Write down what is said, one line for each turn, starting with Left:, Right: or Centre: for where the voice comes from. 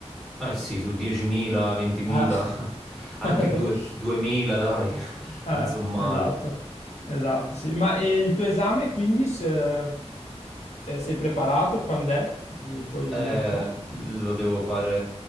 Centre: Eh sì, su 10.000, 20.000,
Left: Ah,
Centre: <laughs> anche
Left: <laughs>
Centre: due- 2.000, dai, <laughs>
Left: eh,
Centre: non so male.
Left: esatto, esatto, sì. Ma e il tuo esame quindi se- eh, sei preparato? Quando è? Mi puoi
Centre: Eh,
Left: dire un po'?
Centre: lo devo fare